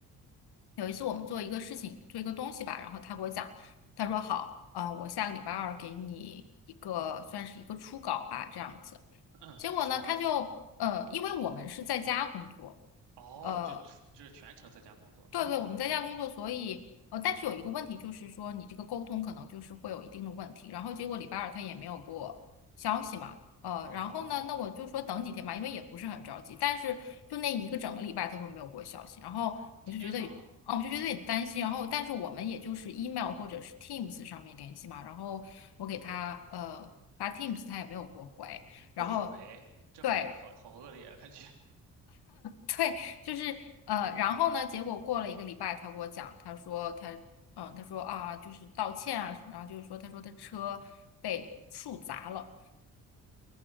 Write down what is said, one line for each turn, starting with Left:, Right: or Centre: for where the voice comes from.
Left: <clears throat> 有一次我们做一个事情，做一个东西吧，然后他给我讲，他说好，啊、我下个礼拜二给你一个算是一个初稿吧，这样子。
Right: 嗯，
Left: 结果呢，
Right: 是，
Left: 他就呃，因为我们是在家工作。
Right: 哦，
Left: 呃。
Right: 就就是全程在家工作，这么好，
Left: 对对，我们在家工作，所以呃，但是有一个问题就是说，你这个沟通可能就是会有一定的问题。然后结果礼拜二他也没有给我消息嘛，呃，
Right: 哦，
Left: 然后呢，那我就说等几天吧，因为也不是很着急。但是就那一个整个礼拜他都没有给我消息，然后我就觉得，
Right: 天呐！
Left: 哦，我就觉得有点担心。然后但是我们也就是 email 或者是 Teams 上面联系嘛，然后我给他呃发 Teams，他也没有给我回，
Right: 不回，
Left: 然后。
Right: 这好好好恶劣啊，
Left: 对，
Right: 感觉
Left: 对，就是呃，然后呢，结果过了一个礼拜，他给我讲，他说他，嗯，他说啊，就是道歉啊什么，然后就是说，他说他车被树砸了，